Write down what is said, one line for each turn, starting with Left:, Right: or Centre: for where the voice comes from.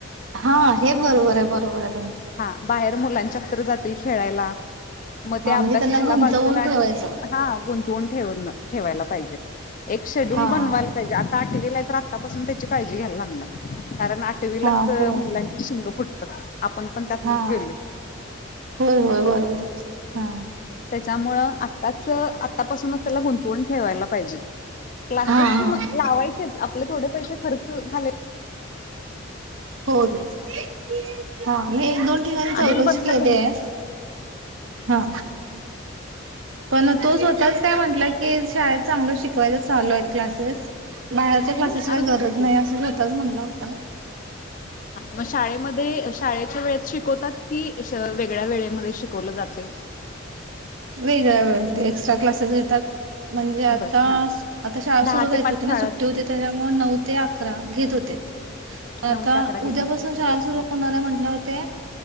Right: हा हे बरोबर आहे बरोबर आहे तुमच.
Left: हा बाहेर मुलांच्या तर जात खेळायला, मग ते
Right: हा
Left: अभ्यास
Right: म्हणजे त्यांना
Left: राहायला
Right: गुंतवून
Left: बाजूला आणि
Right: ठेवायचं.
Left: हा गुंतवून ठेवून ठेवायला पाहिजे. एक शेड्युल
Right: हा
Left: बनवायला
Right: हा
Left: पाहिजे. आठवीला तर आत्तापासून त्याची काळजी घ्यायला लागणार. कारण आठवीलाच
Right: हा होय
Left: मुलांची शिंग फुट तर आपण पण त्यातनच
Right: हा
Left: गेलोय
Right: होय होय बरोबर आहे की हा
Left: त्याच्यामुळं आत्ताच आत्तापासूनच त्याला गुंतवून ठेवायला पाहिजे. क्लासेस
Right: हा हा
Left: म लावायचेच आपले थोडे पैसे खर्च झाले
Right: होदेत हा नाही दोन तिघान
Left: आडूल
Right: चौकशी
Left: बनला
Right: केली
Left: कमी
Right: आहे. हा. पण तो स्वतःच काय म्हंटला की शाळेत चांगलं शिकवायच चालू आहेत क्लासेस बाहेरच्या क्लासेस
Left: नाहीे
Right: काही
Left: असू
Right: गरज
Left: दे की
Right: नाही असं स्वतःच म्हणला होता
Left: मग शाळेमध्ये शाळेच्या वेळेत शिकवतात की ए श वेगळ्या वेळेमध्ये शिकवलं जाते.
Right: वेगळ्या वेळेमध्ये एक्स्ट्रा क्लासेस घेतात म्हणजे आता
Left: बरं हा
Right: आता शाळा सुरु
Left: दहा
Right: व्हायाची
Left: ते पाच
Right: होती ना
Left: शाळा
Right: सुट्टी
Left: असते
Right: होती त्याच्यामुळं नऊ ते अ घेत होतेत, आता
Left: नऊ ते अकरा घेत
Right: उद्यापासून
Left: होते
Right: शाळा
Left: बरं
Right: सुर होणार आहे म्हटलं ते